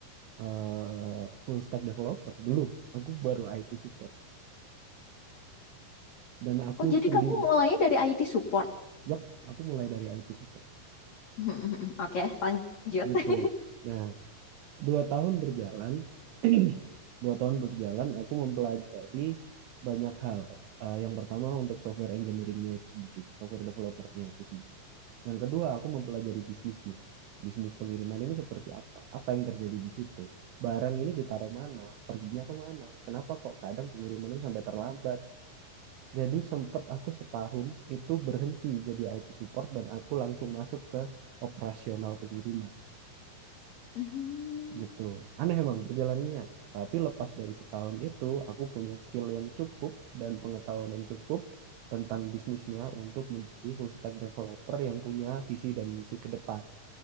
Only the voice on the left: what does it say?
Oh, jadi
kamu mulainya dari IT support.
<laughs> Oke, lanjut.
<laughs>
Hmm,